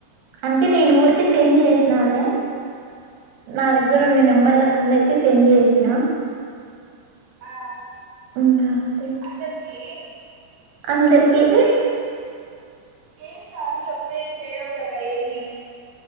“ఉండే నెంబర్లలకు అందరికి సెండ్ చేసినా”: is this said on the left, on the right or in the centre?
Right